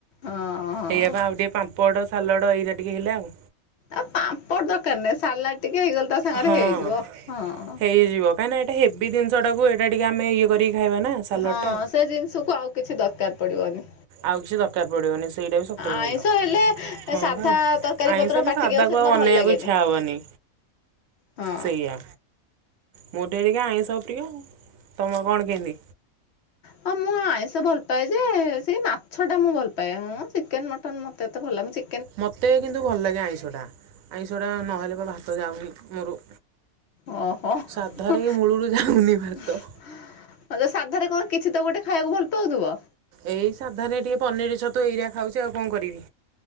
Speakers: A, on the left; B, on the right.
A: ହଁ ହଁ
B: ହେଇଆ ବା ଆଉ ଟିକେ ପାମ୍ପଡ଼ ସାଲାଡ ଏଇଟା ଟିକେ ହେଲେ ଆଉ।
A: ଆ ପାମ୍ପଡ଼ ଦରକାର ନାଇଁ, ସାଲାଡ ଟିକେ ହେଇଗଲେ ତା ସାଙ୍ଗରେ
B: ହଁ।
A: ହେଇଯିବ ହଁ।
B: ହେଇଯିବ କାହିଁକିନା ଏଇଟା ହେଭି ଜିନିଷଟାକୁ ଏଇଟା ଟିକେ ଆମେ ଇଏ କରିକି ଖାଇବା ନା ସାଲଡ଼ଟା।
A: ହଁ ସେ ଜିନିଷକୁ ଆଉ କିଛି ଦରକାର ପଡିବନି।
B: ଆଉ କିଛି ଦରକାର ପଡିବନି ସେଇଟା ବି ସତ କହିଲ
A: ଆଇଁଷ ହେଲେ
B: ହଁ
A: ସାଧା
B: ବା
A: ତରକାରୀ
B: ଆଇଁଷ
A: ପତ୍ର
B: ନା
A: ପାଟିକି
B: ସାଧାକୁ
A: ସେଦିନ
B: ଆଉ ଅନେଇଆକୁ
A: ଭଲ ଲାଗେନି।
B: ଇଚ୍ଛା ହବନି
A: ହଁ
B: ସେଇଆ। ମୁଁ ଟିକେ ଆଇଁଷ ପ୍ରିୟ। ତମ କଣ କେମିତି?
A: ହଁ ମୁଁ ଆଇଁଷ ଭଲ ପାଏ ଯେ ସେଇ ମା ଛଟା ମୁଁ ଭଲପାଏ ଉଁ। ଚିକେନ ମଟନ ମୋତେ ଏତେ ଭଲ ଲାଗୁନି ଚି
B: ମୋତେ କିନ୍ତୁ ଭଲ ଲାଗେ ଆଇଁଷଟା, ଆଇଁଷଟା ନହେଲେ ମୋ ଭା ତ ଯାଉନି ମୋର।
A: ଓହୋ ଆଉ
B: ସାଧାରେ ମୂଳରୁ ଯାଉନି ଭାତ।
A: ଯୋଉ ସାଧାରେ କଣ କିଛି ତ ଗୋଟେ ଖାଇଆକୁ ଭଲ ପାଉଥିବ।
B: ଏଇ ସାଧାରେ ଟିକେ ପନିର, ଛତୁ ଏଇଆ ଖାଉଚି ଆଉ କଣ କରିବି।